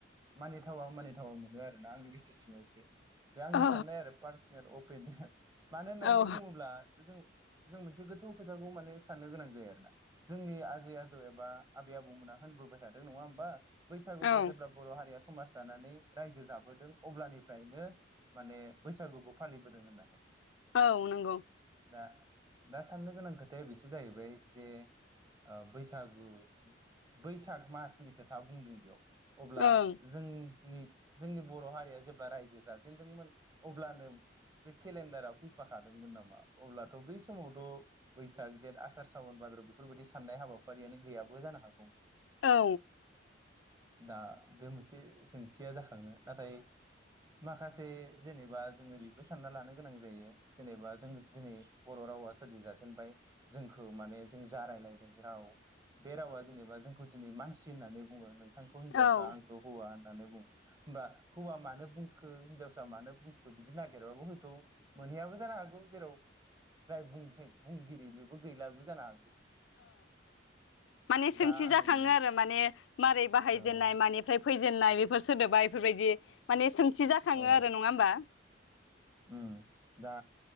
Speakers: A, on the right (about 20°); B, on the left (about 85°).
A: मानिथावा मानिथावा मोनो आरोना आंनि गोसो सिङावसो बे आंनि
B: औ
A: साननाय आरो पारसनेल अ बेनिनो मानो होननानै
B: औ
A: बुङोब्ला जों जों मोनसे गोथौ खोथाखौ माने साननो गोनां जायो आरोना जोंनि आजै आजौ एबा आबै आबौमोना होनबोबाय थादों नङा होमबा बैसागुखौ
B: औ
A: जेब्ला बर' हारिया समाज दानानै रायजो जाबोदों अब्लानिफ्रायनो माने बैसागुखौ फालिबोदों होननानै
B: औ नंगौ
A: दा दा साननो गोनां खोथाया बेसो जाहैबाय जे ओ बैसागु बैसाग मासनि खोथा बुंदों बेयाव अब्ला
B: ओं
A: जों जोंनि बर' हारिया जेब्ला रायजो जाजेनदोंमोन अब्लानो बे केलेन फैफाखादोंमोननामा? अब्लाथ' बै समावथ' बैसाग जेथ आसार सावोन बेफोरबादि साननाय हाबाफारियानो गैयाबो जानो हागौमोन।
B: औ।
A: दा बे मोनसे सोंथिया जाखाङो नाथाय माखासे जेनेबा जों ओरैबो सानना लानो। गोनां जायो जेनेबा जों दिनै बर' रावा सोरजि जाजेनबाय जोंखौ माने जों जारायलायदों राव बे रावा जेनेबा जोंखौ दिनै मानसि होननानै बुङो। नोंथांखौ हिनजावसा
B: औ
A: आंखौ हौवा। होननानै बुं होमबा हौवा मानो बुंखो हिनजावसा मानो बुंखो बिदि नागिरबाबो हयथ। मोनहैयाबो जानो हागौ जेराव जाय बुंथि बुंगिरि बेबो गैलाबो जानो हागौ।
B: माने सोंथि
A: दा आं
B: जाखाङो
A: मोनसे
B: आरो माने मारै बाहायजेननाय
A: औ
B: मानिफ्राय फैजेननाय बे फोर सोदोबा इफोरबायदि माने सों थि‌ जाखाङो
A: औ
B: आरो नङा होमबा।
A: उम दा